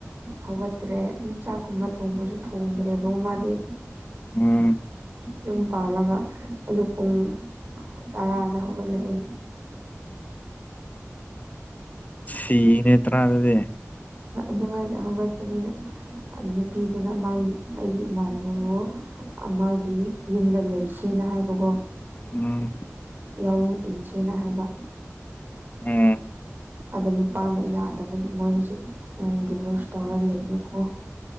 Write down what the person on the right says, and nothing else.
ꯍꯧꯒꯠꯇ꯭ꯔꯦ ꯑꯗꯨꯝ ꯆꯥꯛꯀꯨꯝꯕ ꯊꯣꯡꯕꯁꯨ ꯊꯣꯡꯗ꯭ꯔꯦꯕ ꯃꯥꯗꯤ
ꯌꯨꯝ ꯄꯥꯜꯂꯒ ꯑꯌꯨꯛ ꯄꯨꯡ ꯇꯔꯥꯗ ꯍꯧꯒꯠꯂꯦꯌꯦ
ꯅꯨꯡꯉꯥꯏꯅ ꯍꯧꯒꯠꯄꯅꯤꯅ ꯅꯨꯄꯤꯗꯨꯅ ꯃꯥꯏ ꯑꯩꯒꯤ ꯏꯃꯥꯟꯅꯕꯕꯨ ꯑꯃꯒꯤ ꯌꯨꯝꯗ ꯂꯩꯁꯦꯅ ꯍꯥꯏꯕꯀꯣ
ꯌꯥꯑꯣꯡ ꯏꯟꯁꯦꯅ ꯍꯥꯏꯕ
ꯑꯗ ꯅꯨꯄꯥꯅ ꯌꯥꯗꯕꯒꯤ ꯃꯣꯏ ꯍꯧꯖꯤꯛ ꯗꯤꯚꯣꯔꯁ ꯇꯧꯔ ꯂꯩꯔꯦꯀꯣ